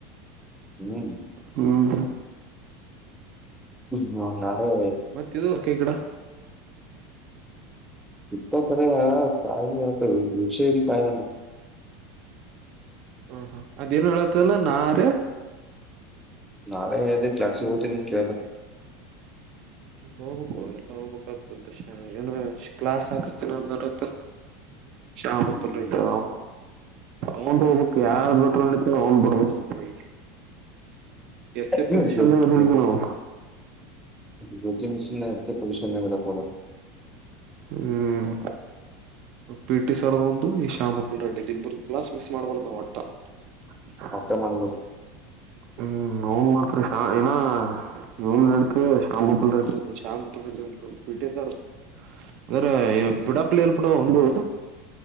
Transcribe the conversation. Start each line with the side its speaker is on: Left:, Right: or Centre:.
Centre: ಹ್ಮ್
Right: ಹ್ಮ್ ಹ್ಮ
Centre: ಹ್ಮ ನಾವೆ
Right: ಮತ್ತ ಇದು ಕ ಈ ಕಡ
Centre: ಇಪ್ಪ ಕೆಯ ಕಾಯ ವಿಷಲಿ ಕಾಯನ
Right: ಹ್ಮ ಹಾ ಅದೇನ್ ಹೇಳತಲ್ಲ ನಾರ
Centre: ನಾಳೆ ಅ ಕ್ಲಾಸಸ್ಿಗೆ ಹ್ತೀನಿ ಕೇಳತ
Right: ಹೋಗ್ಬೇಕು ಎಲ್ಲಾ ಹೋಗ್ಬೇಕುತ ಏನು ಕ್ಲಾಸ್ ಹಾಕಿಸಸ್ತೀನ ಅಂದ ಶಪ
Centre: ಹ್ಮ್
Right: ಪಡದು ಅವನ್ ಹೋಗ್ಬೇಕಕ್ ಯಾರ್ ಬಿಟ್ರ ನಡತ ಅವ್ನ್ ಬಿಡ್ಬೇಕ ತಪ್ಪ ಎಸ್ ಎ
Centre: ಹ್ಮ್
Right: ಪೊಸಿಷನ್ಂದಣವು
Centre: ಜೊ ಜೊ ಜ್ಯೋತಿ ಮಿಶನ್ ಪೊಜಿಶನ್ ಕೊರ
Right: ಹ್ಮ್ ಪಿಟಿ ಸರ್ದ ಒಂದು ಈ ಶಾಂಬಪ್ಪ ರಡ್ಡಿ ಇಬ್ಬರು ಕ್ಸ್ ಮಿಸ್ ಮಾಡ್ಬಾರದು ನಾ್ ಒಟ್ಟ <inaudible>
Centre: ಅವಕಮಾನಗ
Right: ಹ್ಮ್ ಹ ಮಾಡ್ತಏ ಇ ನಡತೆ ಶಾಂಬು ಪಿಲ್ ಶಾಂಬು ಪ ಪಟರ್ ಅಂದ್ರೆ ಪಿಡಾ ಪಲಲ್ ಪುಡು ಒಂದು